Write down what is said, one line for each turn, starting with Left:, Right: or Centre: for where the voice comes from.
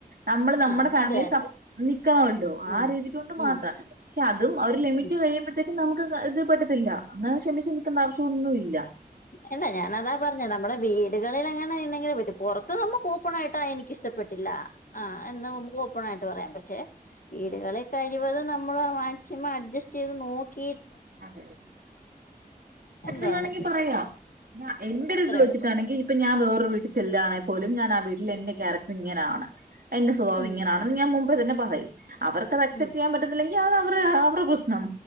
Right: നമ്മള് നമ്മുടെ
Left: ആ
Right: ഫാമിലി
Left: അത് തന്നെ
Right: <unintelligible> നക്കണല്ലോ
Left: ഉം
Right: ആ രീതിക്ക് കൊണ്ട്
Left: ഉം
Right: മാത്രം പക്ഷെ അതും ഒരു ലിമിറ്റ്
Left: ഉം
Right: കഴിയുമ്പോഴത്തേക്കും. നമുക്ക് കരുതി പറ്റത്തില്ല. അങ്ങനെ ക്ഷമിച്ചച്ച് നിൽക്കണ്ട ആവശ്യമൊന്നുമില്ല.
Left: ഇല്ല ഞാന അതാ പറഞ്ഞത്. നമ്മുടെ വീടുകളിൽ അങ്ങനെ എന്തെങ്കിലും പറ്റും. പുറത്ത്. ഇത് നമുക്ക് ഓപ്പൺ ആയിട്ട് എനിക്ക് ഇഷ്ടപ്പെട്ടില്ല ആ എന്ന് നമുക്ക് ഓപ്പൺ ആയിട്ട് പറയാം പക്ഷെ വീടുകൾ അല്ലേൽ കഴിവതും നമ്മൾ മാക്സിമം അഡ്ജസ്റ്റ് ചെയ്ത് നോക്കി
Right: അതെതെ പറ്റത്തില്ലങ്കിൽ
Left: എന്തുവാന്ന് വെച്ചാ
Right: പറയാം
Left: ചെയ്യാ
Right: ഞാൻ എന്റെ ഒരു
Left: അത്രേ
Right: ഇതുവെച്ചിട്ടെങ്കിൽ
Left: ഉള്ളൂ
Right: ഇപ്പോ ഞാൻ വേറെ വീട്ടിൽ ചെലന്നാൽ പോലും ഞാൻ ആ വീട്ടില് എന്റെ ഒരു കറക്റ്റർ ഇങ്ങനെയാണ് എന്റെ സ്വഭാവം
Left: ഉം
Right: ഇങ്ങനെയാണ് ഞാൻ മുന്പേ തന്നെ പറയും അവർക്ക് അത് അക്സെപ്റ്റ്
Left: ഉം
Right: ചെയ്യാൻ പറ്റത്തില്ലെങ്കി അ അവ അവരു പ്രശ്നം